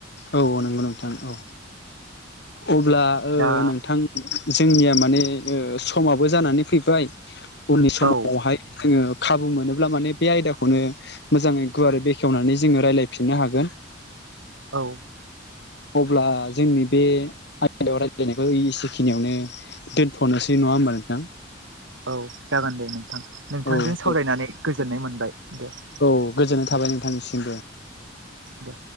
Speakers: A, on the left (about 55°); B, on the right (about 75°).
A: औ नंगौ नोंथां। औ अब्ला ओ
B: दा
A: नोंथां जोंनिया माने ओ समाबो जानानै फैबाय। उननि समावहाय
B: औ
A: जोङो खाबु मोनोब्ला माने बे आयदाखौनो मोजाङै गुवारै बेखेवनानै जोङो रायज्लायफिननो हागोन
B: औ
A: अब्ला जोंनि बे आयदायाव रायज्लायनायखौ एसेखिनियावनो दोनथ'नोसै नङा होमबा नोंथां
B: औ जागोन दे नोंथां नोंथांजों
A: औ
B: सावरायनानै
A: दे
B: गोजोननाय मोनबाय दे।
A: औ गोजोननाय थाबाय नोंथांनिसिमबो।
B: दे।